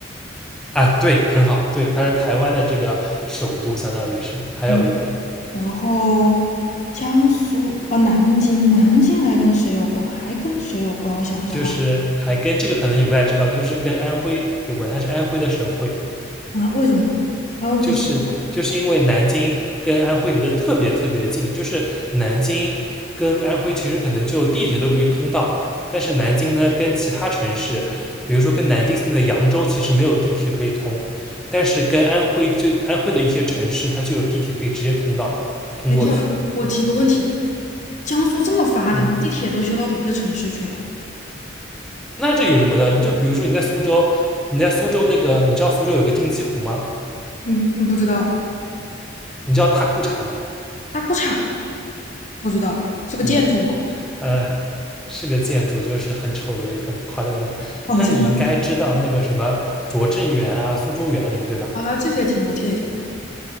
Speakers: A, in the centre; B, on the left (about 40°).
A: 啊，对，很好，对，它是台湾的这个首都，相当于是还有一个
B: 嗯，然后江苏，哦，南京，南京还跟谁有关？还跟谁有关？我想一想啊，
A: 就是还跟这个可能你不太知道，就是跟安徽有关，它是安徽的省会，
B: 啊，为什么？啊，又不是河北。
A: 就是就是因为南京跟安徽离得特别特别近，就是南京跟安徽其实可能就地铁都可以通到，但是南京呢跟其他城市，比如说跟南京下面的扬州，其实没有地铁可以通，但是跟安徽就安徽的一些城市，它就有地铁可以直接通到通过去。
B: 等一下，我提个问题，
A: 嗯
B: 江苏这么发达吗？
A: 嗯，
B: 地铁都修到别的城市去了。
A: 那这有什么的？你就比如说你在苏州，你在苏州那个，你知道苏州有个金鸡湖吗？
B: 嗯嗯，不知道。
A: 你知道大裤衩吗？
B: 大裤衩不知道是个建筑吗？
A: 嗯呃，是个建筑，就是很丑的、也很夸张的一个。
B: <laughs> 哦，
A: 那你应该知道那个什么拙政园啊、
B: 好像大裤衩
A: 苏州园林，对吧？
B: 啊，这些听过，这些听过。